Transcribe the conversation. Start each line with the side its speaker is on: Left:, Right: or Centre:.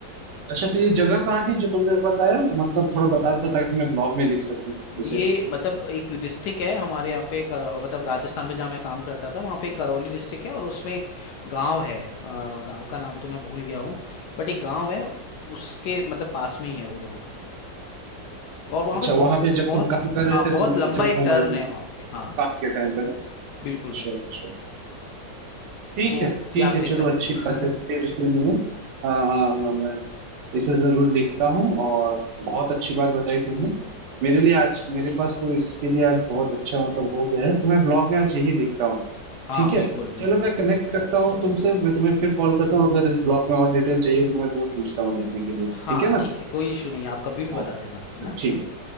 Right: अच्छा तो ये जगह कहाँ थी जो तुमने बताया मतलब थोड़ा बता दो ताकि मैं ब्लॉग में लिख सकूं जैसे
Left: ये मतलब एक डिस्ट्रिक्ट है हमारे यहाँ पे कर, मतलब राजस्थान में जहाँ मैं काम करता था वहाँ पे एक करौली डिस्ट्रिक्ट है और उसमें एक गांव है अ, गांव का नाम तो मैं भूल गया हूँ बट एक गांव है उसके मतलब पास में ही है वो रोड और वहाँ
Right: अच्छा
Left: पे बहुत
Right: वहां पे जब
Left: बहुत
Right: तुम काम कर रहे
Left: हाँ
Right: थे
Left: बहुत
Right: तुम
Left: लंबा
Right: जब
Left: एक
Right: घूम
Left: टर्न
Right: रहे
Left: है वहाँ पे हाँ
Right: काम के टाइम पे ना अच्छा
Left: बिल्कुल बिल्कुल
Right: अच्छा ठीक
Left: तो
Right: है ठीक
Left: ये आप
Right: है
Left: लिख
Right: चलो
Left: सकते
Right: अच्छी
Left: हो
Right: बात है कोई इश्यू नहीं है हाँ हाँ हाँ मैं इसे जरूर लिखता हूँ और बहुत अच्छी बात बताई तुमने मेरे लिए आज मेरे पास तो इसके लिए आज बहुत अच्छा मतलब हो गया है तो मैं ब्लॉग में आज यही लिखता हूँ
Left: हाँ
Right: ठीक है
Left: बिल्कुल बिल्कुल
Right: चलो मैं
Left: बिल्कुल
Right: कनेक्ट करता हूँ तुमसे मैं तुम्हें फिर कॉल करता हूँ अगर इस ब्लॉग में और डिटेल चाहिए होगी तो मैं तुम्हें पूछता हूँ लिखने के लिए
Left: हाँ
Right: ठीक है ना
Left: ठीक है कोई इशू नहीं है आप कभी भी बता
Right: ओ,
Left: देना है ना
Right: ठीक है